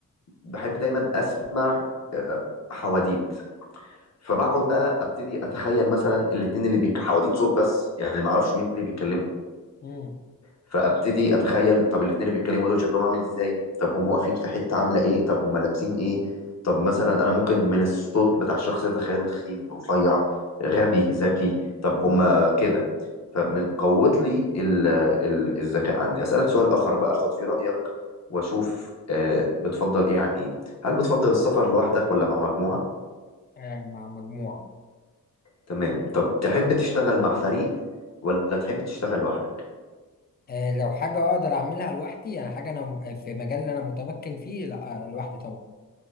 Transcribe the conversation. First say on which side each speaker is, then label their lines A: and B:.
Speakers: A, on the left; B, on the left.
A: بحب دايما أسمع آه، حواديت فبقعد بقى أبتدي أتخيل مثلا الاتنين اللي بيك... حواديت صوت بس يعني ما أعرفش مين اللي بيتكلموا
B: امم
A: فابتدي اتخيل طب الاتنين اللي بيتكلموا دول شكلهم عامل ازاي طب هم واقفين في حته عامله ايه طب هم لابسين ايه طب مثلا انا ممكن من الصوت بتاع الشخص اتخيله تخين رفيع غبي ذكي طب هم كده فمن قوت لي ال- ال- الذكاء عندي اسالك سؤال اخر بقى اخد فيه رايك واشوف آه، بتفضل ايه عن ايه هل بتفضل السفر لوحدك ولا مع مجموعه
B: آه مع مجموعة
A: تمام طب تحب تشتغل مع فريق ولا تحب تشتغل لوحدك
B: آه لو حاجة أقدر أعملها لوحدي أنا حاجة أنا م- آه، في مجال اللي أنا متمكن فيه لا آه، لوحدي طبعا